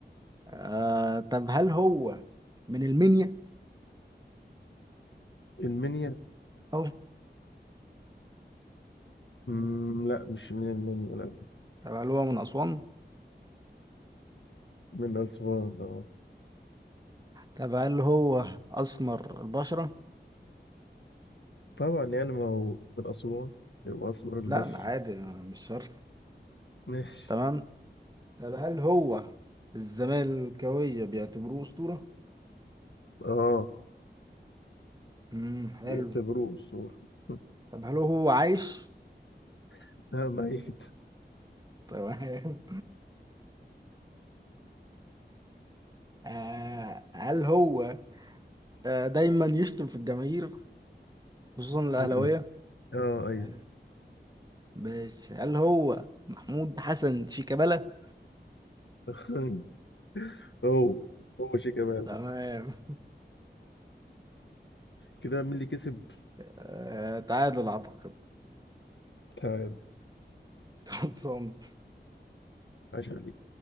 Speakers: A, on the right; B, on the left.
A: آه طب هل هو من المنيا؟
B: المنيا
A: اه
B: أمم، لا مش من المنيا لا
A: طب هل هو من أسوان؟
B: من أسوان اه
A: طب هل هو أسمر البشرة؟
B: طبعا يعني ما هو من أسوان يبقى أسمر البشرة
A: لا ما عادي ما- مش شرط
B: ماشي
A: تمام طب هل هو الزمالكاوية بيعتبروه أسطورة؟
B: اه
A: امم حلو
B: بيعتبروه أسطورة <laughs>
A: طب هل هو عايش؟
B: <laughs> لا ميت
A: تمام <laughs> آه هل هو آه دايما يشتم في الجماهير خصوصا الأهلاوية؟
B: أمم. اه ايوه
A: أيوة. ماشي هل هو محمود حسن شيكابالا؟
B: <laughs> هو هو شيء كمان
A: تمام
B: كده مين اللي كسب
A: آه تعادل أعتقد
B: تعال
A: <laughs> خلصان
B: عاش عليك